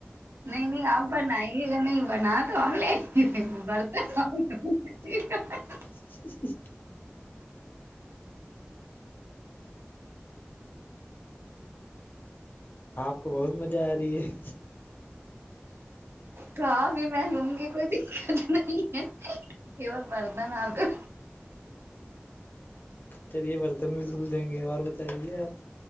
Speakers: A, on the right; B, on the left.
A: نہیں نہیں آپ بنائیے اگر نہیں بنا تو ہم لیں برتے <unintelligible> ج
B: ج <unintelligible> آپ کو بہت مزہ آ رہی ہے
A: کا بھی میں لوں گی کوئی دقت نہیں ہے کیول مردن آ تو
B: چلیے برتن بھی دھل دیں گے اور بتائیے آپ